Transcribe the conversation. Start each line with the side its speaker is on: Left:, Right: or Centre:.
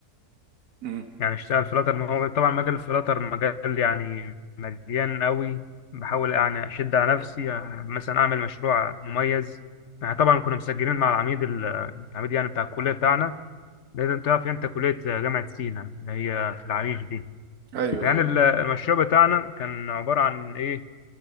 Right: امم
Left: يعني اشتغل فلاتر ما هو طبعا مجال الفلاتر مجال يعني مليان قوي بحاول يعني اشد على نفسي آه، مثلا اعمل مشروع مميز يعني طبعا كنا مسجلين مع العميد ال- العميد يعني بتاع الكليه بتاعنا لازم تعرف انت كليه جامعه سينا اللي هي في العريش دي
Right: ايوه
Left: فيعني
Right: ايوه
Left: ال- المشروع بتاعنا كان عباره عن ايه